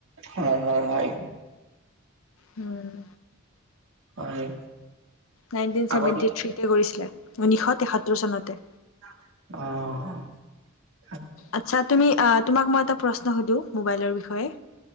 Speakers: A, on the right (about 65°); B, on the left (about 70°).
A: হয় হয় হয়।
B: উম।
A: হয়।
B: নাইনটিন ছেভেনটি
A: আগতে
B: থ্ৰীতে কৰিছিলে ঊনৈশ তেসত্তৰ চনতে।
A: অহ।
B: আচ্ছা তুমি আ তোমাক মই এটা প্ৰশ্ন সুধো মোবাইলৰ বিষয়ে।